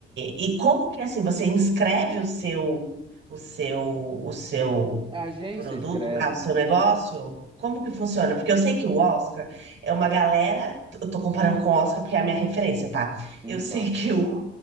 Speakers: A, on the right; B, on the right.
A: e como que assim você inscreve o seu, o seu, o seu
B: A agência
A: produto
B: escreve,
A: lá, o seu
B: né?
A: negócio? Como que funciona? Porque eu sei que o Oscar é uma galera. Eu tô comparando com o Oscar porque é a minha referência, tá?
B: Sim,
A: Eu sei
B: claro.
A: que o